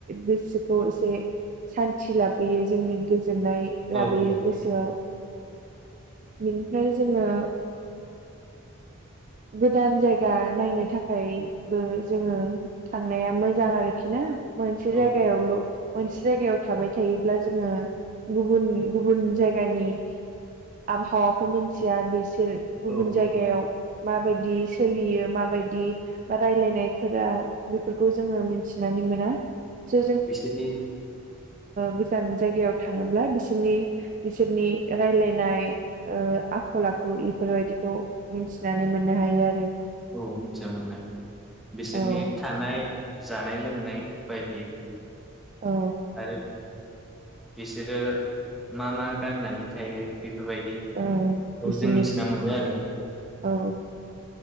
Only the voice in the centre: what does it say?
औ औ
औ
औ
औ
बिसोरनि
औ मिथिय मोननाय बिसोरनि
थानाय जानाय लोंनाय बायदि।
आरो बिसोरो मा मा गाननानै थायो। बेफोरबादिखौ
जों मिथिना मोनो आरो।